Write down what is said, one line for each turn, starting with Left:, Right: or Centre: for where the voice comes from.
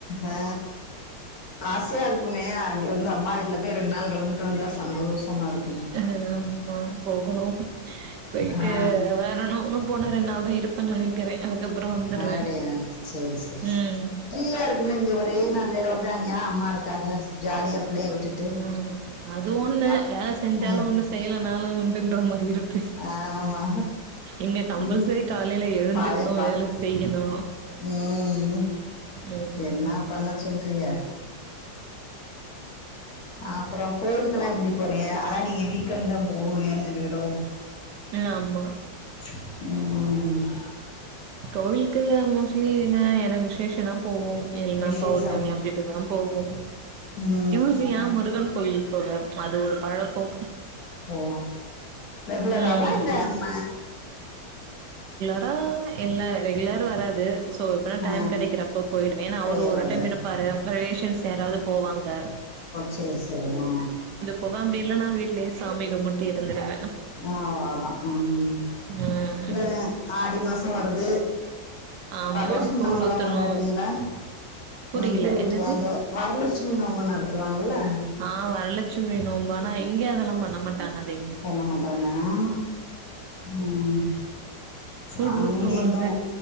Left: ஆ ஆசையா இருக்குமே அங்க வந்து அம்மா வீட்டுல போய் ரெண்டு நாள்ல இருந்துட்டு வந்தா சந்தோஷமா இருக்
Right: ஹ ஆமா போகணும் போயிட்டு
Left: ஆ
Right: வரனுனு போனா ரெண்டு நாள் தா இருப்பேன் நெனைக்கிறே அதுக்கப்புறோ வந்துருவே
Left: அடயா சரி சரி
Right: ம்
Left: ஃப்ரீயா இருக்குமே இங்க ஒரே நாள் வேலை வர்ற அங்கயா அம்மா இருக்காக ஜாலியா பிள்ளைய விட்டுட்டு
Right: அ அது ஒன்னு
Left: அப்
Right: வேல செஞ்சாலு
Left: ம்
Right: ஒன்னு செய்யலைனாலு உண்டுன்ற மார் இருப்பே
Left: ஆமா
Right: இங்க கம்பல்சரி
Left: ம்
Right: காலைல எழுந்துக்னு
Left: பழைய பாட்
Right: வேல செய்யணு
Left: ம்
Right: ம்
Left: என்ன பண்ண சொல்றீய அப்றோ கோயிலுக்கெல்லா எப்டி போறீய அதா நீங்க வீக்கெண்ட் தா போவென் சொல்லுவியலோ
Right: ம் ஆமா
Left: <unintelligible>
Right: கோவிலுக்கு மோஸ்லி என்ன ஏன்ன விசேஷன்ன போவோம் இல்ன்னா
Left: விசேஷம்
Right: பௌர்ணமி அப்படிட்டுதா போகு
Left: ம்
Right: டியூஸ் டே அ முருகன் கோவில்க்கு போவேன் அது ஒரு பழக்கம்
Left: ஓ செகுலராவா
Right: ம்
Left: இல்ல ம
Right: அ ம் இல்ல ரெகுலர் வராது சோ நா டைம்
Left: ஆ
Right: கெடைக்கிறப்ப போயிடுவே என்னா அவரு
Left: போயிர்றது
Right: ஒரு டைம் இருப்பாரு ரிலேஷன்ஸ் யாராவ்து போவாங்க
Left: சேர் செரிம்மா
Right: போவ அப்டி இல்ல நா வீட்லே சாமி கும்முட்டு இருந்துடுவே
Left: ஆ அவ்ளோதா அ ம்
Right: ம்
Left: இந்த ஆடி மாசோ வருது
Right: ஆமா
Left: வர்லட்சுமி
Right: கூழ்
Left: நோம்பல்லா
Right: ஊத்தணு
Left: கொண்டாடுவிங்கள
Right: புரியல
Left: ம் கூழு ஊத்துவாங்க
Right: என்னது
Left: வரலட்சுமி நோம்பு நடத்துவாங்கல்ல
Right: ஆ வரலஷ்மி நோம்பானா இங்கே அதெல்லாம் பண்ண மாட்டாங்க அதே
Left: பண்ணமாட்டாங்க அ ம் ச
Right: கூழ்
Left: அங்கே
Right: ஊத்துவாங்க
Left: இங்கு